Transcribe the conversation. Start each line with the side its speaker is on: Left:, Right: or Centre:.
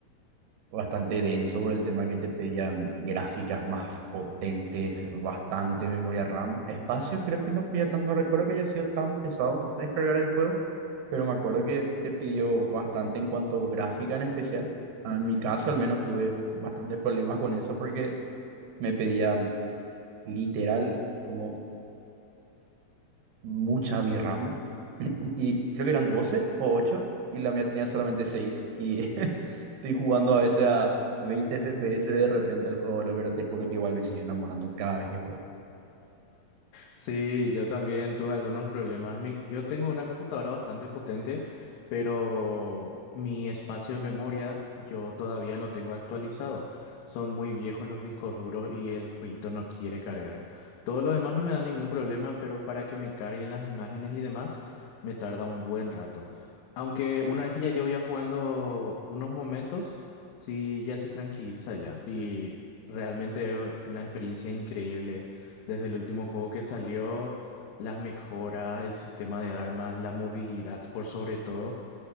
Right: bastante denso por el tema que te pedían gráficas más potentes, bastante memoria RAM. Espacio creo que no pedía tan, no recuerdo que haya sido tan pesado descargar el juego, pero me acuerdo que te pidió bastante en cuanto a gráfica en especial. En mi caso al menos tuve bastante problemas con eso porque me pedían literal como mucha VRAM. <laughs> Y creo que eran 12 o 8 y la mía tenía solamente seis Y <laughs> estoy jugando a veces a 20 FPS de repente el juego, boludo, pero te juro que igual me sigue enamorando cada vez que juego.
Left: Sí, yo también tuve algunos problemas. Mi- yo tengo una computadora bastante potente, pero mi espacio de memoria yo todavía no tengo actualizado. Son muy viejos los discos duros y el jueguito no quiere cargar. Todo lo demás no me da ningún problema, pero para que me carguen las imágenes y demás, me tarda un buen rato. Aunque una vez que ya yo ya jugando unos momentos, sí, ya se tranquiliza ya. Y realmente es una experiencia increíble desde el último juego que salió, las mejoras, el sistema de armas, la movilidad por sobre todo.